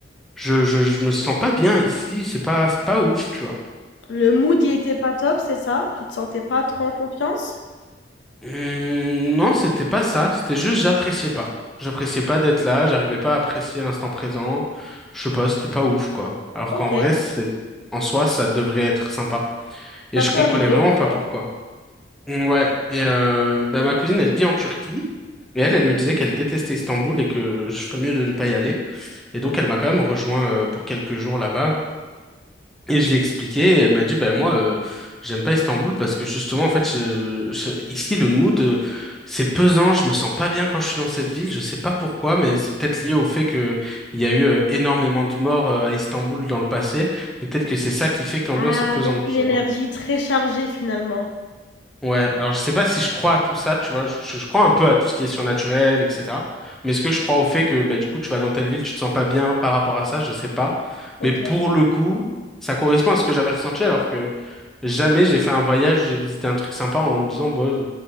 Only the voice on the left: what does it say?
Le mood il était pas top, c'est ça? Tu te sentais pas trop en confiance?
OK,
ça
peut
arriver
en soi.
Ah,
donc
une énergie
très chargée finalement.
OK,